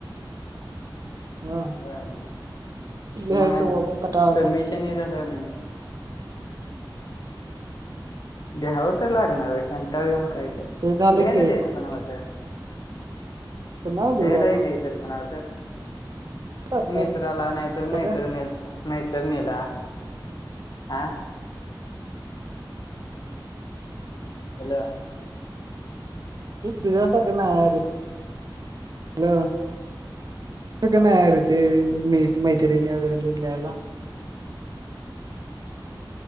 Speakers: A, on the right; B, on the left.
A: हा
B: बर बर
A: लिहायचं
B: मग
A: बाबा कंटाळा आला
B: सबमिशन ह झालं नाही द्यावं तर लागणार आहे कंटाळ येऊन काय कर ल्याहायला
A: हे झालं की
B: द्यायचं
A: एक
B: कोणा माझ
A: पुन्हा लिहू
B: बेला
A: बाबा
B: इे सर पणावा तर
A: सारखं
B: मित्राला
A: आहे
B: नाहीतर मैत्रिणी
A: का
B: मैत्रिणीला आह अला
A: तेक नारे हॅलो का नाही आहेरे ते मी मैत्रिणी वगैरे लि द्यायला